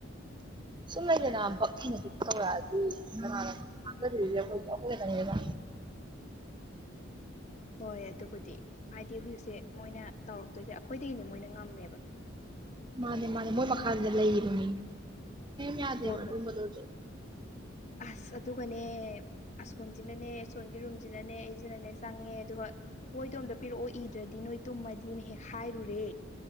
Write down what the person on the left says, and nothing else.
ꯍꯣꯏ ꯑꯗꯨꯕꯨꯗꯤ ꯍꯥꯏꯗꯤ ꯍꯧꯖꯤꯛꯁꯦ ꯃꯣꯏꯅ ꯇꯧꯔꯛꯇꯣꯏꯁꯦ ꯑꯩꯈꯣꯏꯗꯒꯤꯅ ꯃꯣꯏꯅ ꯉꯝꯃꯦꯕ
ꯍꯣꯏ
ꯑꯁ ꯑꯗꯨꯒꯅꯦ ꯑꯁꯣꯝꯁꯤꯅꯅꯦ ꯑꯁꯣꯝꯒꯤ ꯔꯨꯝꯁꯤꯅꯅꯦ ꯑꯩꯁꯤꯅꯅꯦ ꯆꯪꯉꯦ ꯑꯗꯨꯒ ꯃꯣꯏꯗꯣ ꯑꯝ ꯄꯤꯔꯛꯑꯣ ꯏꯗ꯭ꯔꯗꯤ ꯅꯣꯏ ꯇꯨꯝꯃꯗꯤꯅ ꯍꯦꯛ ꯍꯥꯏꯔꯨꯔꯦ